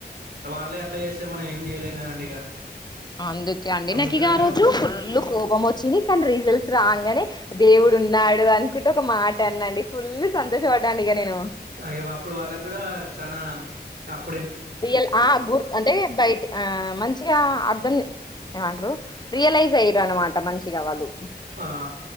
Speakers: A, on the right (about 65°); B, on the left (about 25°).
A: వాళ్ళే అట్ల చేస్తే మనం ఏం చేయలేం కదండి ఇగ
B: అందుకే అండి
A: అందుకనే
B: నాకు ఇక ఆ రోజు ఫుల్ కోపం వచ్చింది కానీ రీజల్ట్స్ రాంగానే దేవుడు ఉన్నాడు అనుకుట ఒక మాట అనండి ఫుల్ సంతోష పడ్డ అండి ఇక నేను
A: అయ్యో అప్పుడు వాళ్ళకు కూడా చాన ఆప్
B: రియల్ ఆ గుర్త్ ఆ అంటే బయటి ఆ మంచిగ అర్ధం ఏమంటారు రియలైజ్ అయరు అనమాట మంచిగా వాళ్ళు
A: ఆ